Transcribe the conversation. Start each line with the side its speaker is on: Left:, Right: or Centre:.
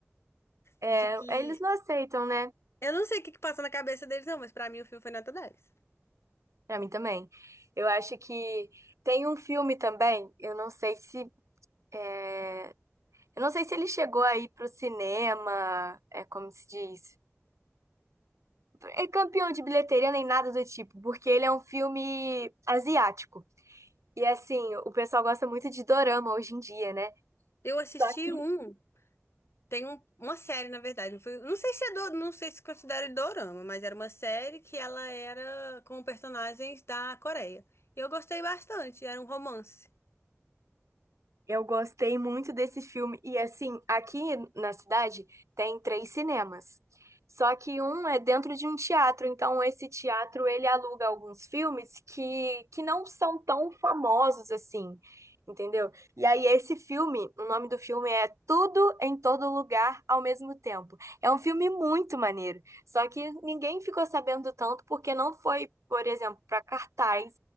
Right: É,
Left: De que.
Right: eles não aceitam, né?
Left: Eu não sei o que que passa na cabeça deles, não, mas para mim o filme foi nota dez
Right: Pra mim também. Eu acho que tem um filme também, eu não sei se é, eu não sei se ele chegou aí pro cinema, é como se diz, é campeão de bilheteria nem nada do tipo, porque ele é um filme asiático. E assim, o pessoal gosta muito de dorama hoje em dia, né?
Left: Eu assisti
Right: Só que
Left: um. Tem um- uma série, na verdade. Não, foi- não sei se é do, não sei se considera dorama, mas era uma série que ela era com personagens da Coreia. E eu gostei bastante, era um romance.
Right: Eu gostei muito desse filme. E assim, aqui na cidade tem três cinemas. Só que um é dentro de um teatro, então esse teatro ele aluga alguns filmes que, que não são tão famosos assim, entendeu? E aí esse filme, o nome do filme é Tudo em Todo Lugar ao mesmo tempo. É um filme muito maneiro, só que ninguém ficou sabendo tanto porque não foi, por exemplo, para cartaz